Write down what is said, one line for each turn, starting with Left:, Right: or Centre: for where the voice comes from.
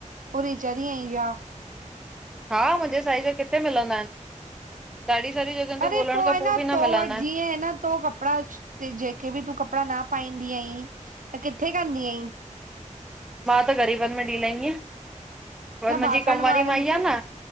Right: पूरी चरी आई छा?
Centre: हा मुंहिंजे साईज जा किथे मिलंदा आहिनि? ॾाढी सारी जॻहियुनि
Right: अर
Centre: ते ॻोल्हण
Right: पो, आहे
Centre: खां पोइ
Right: न
Centre: बि
Right: तो
Centre: मिलंदा
Right: वटि
Centre: आहिनि।
Right: जीअं आहे न तो कपिड़ा जेके बि तूं कपिड़ा न पाईंदी आहीं, त किथे कंदी आहीं?
Centre: मां त ग़रीबनि में ॾई लाएंदी आहियाँ। मुंहिंजी
Right: या बासण
Centre: कम
Right: वारनि
Centre: वारी माई
Right: खे
Centre: आ न,